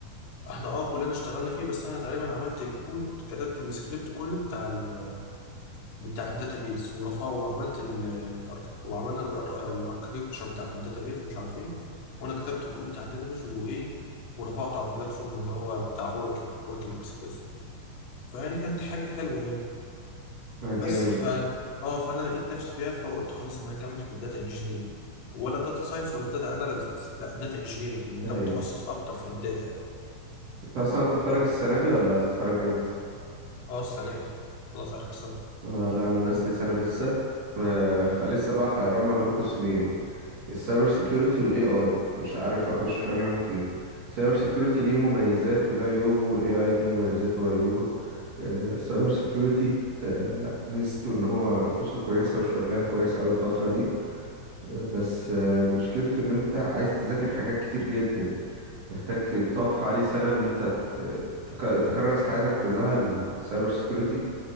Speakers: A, on the left (about 80°); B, on the right (about 55°).
A: أه كلنا اشتغلنا فيه بس أنا تقريبا عملت الكود كتبت السكريبت كله بتاع ال بتاع الداتابيز ورفعه وعملت ال- الأرك... وعملنا الاركتكتشر بتاعت الداتابيز ومش عارف ايه وانا كتبت الكود بتاع الداتابيز وايه ورفعته على البلاتفورم اللي هو بتاع اوراكل اوراكل اكسبريس فيعني كانت حاجه حلوه يعني
B: آه،
A: بس
B: جامد
A: ف اه فانا لقيت نفسي فيها فقلت خلاص انا هكمل في الداتا انجينيرنج ولا داتا ساينس ولا داتا اناليتكس لا داتا انجينيرنج لان
B: ايوه
A: ده متخصص اكتر في الداتا
B: انت اصلا هتتخرج
A: بس
B: السنه دي ولا هتتخرج امتى
A: اه السنه دي خلاص اخر سنه
B: آه لا انا ناقص لي سنه لسه آه فلسه بقى حيران ما بين قسمين السايبر سيكيورتي والاي اي مش عارف اخش في انهي واحد فيهم السايبر سيكيورتي ليه مميزات وليه عيوبه والاي اي ليه مميزاته وعيوبه آه السايبر سيكيورتي آه ميزته ان هو فلوسه كويسه وشغال كويس اوي الفتره دي آه بس آه مشكلته ان انت عايز تذاكر حاجات كتير جدا محتاج تقعد حوالي سنه ان انت آه، تك- تكرس حياتك كلها للسايبر سيكيورتي